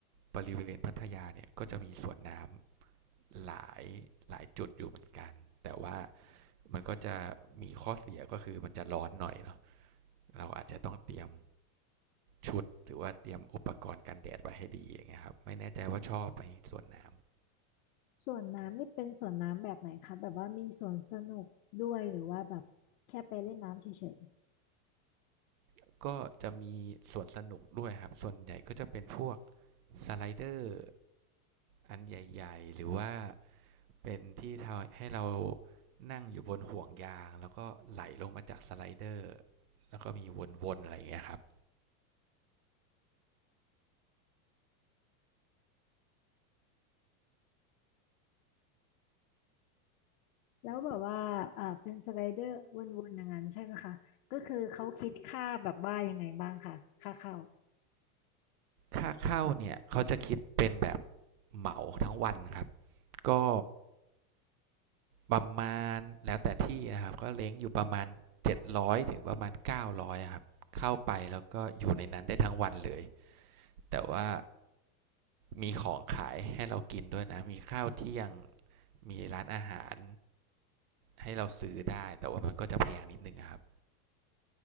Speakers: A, on the right (about 80°); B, on the left (about 70°).
A: บริเวณพัทยาเนี่ยก็จะมีสวนน้ำหลายหลายจุดอยู่เหมือนกันแต่ว่ามันก็จะมีข้อเสียก็คือมันจะร้อนหน่อยเนาะเราอาจจะต้องเตรียม ชุดหรือว่าเตรียมอุปกรณ์กันแดดไว้ให้ดีอย่างเงี้ยครับไม่แน่ใจว่าชอบไหมสวนน้
B: สวนน้ำนี่เป็นสวนน้ำแบบไหนคะแบบว่ามีสวนสนุกด้วยหรือว่าแบบแค่ไปเล่นน้ำเฉย
A: ำก็จะมีสวนสนุกด้วยครับส่วนใหญ่ก็จะเป็นพวกสไลเดอร์อันใหญ่ๆหรือว่าเป็นที่ทำให้เรานั่งอยู่บนห่วงยางแล้วก็ไหลลงมาจากสไลเดอร์แล้วก็มีวนๆอะไรอย่างเงี้ยครับ
B: ๆแล้วแบบว่าอ่าเป็นสไลเดอร์วนๆอย่างนั้นใช่ไหมคะก็คือเขาคิดค่าแบบว่ายังไงบ้างคะค่าเข้า
A: ค่าเข้าเนี่ยเขาจะคิดเป็นแบบเหมาทั้งวันครับก็ ประมาณแล้วแต่ที่นะครับก็เล้งอยู่ประมาณ700ถึงประมาณเก้าร้อยครับเข้าไปแล้วก็อยู่ในนั้นได้ทั้งวันเลยแต่ว่ามีของขายให้เรากินด้วยนะมีข้าวเที่ยงมีร้านอาหารให้เราซื้อได้แต่ว่ามันก็จะแพงนิดนึงะครับ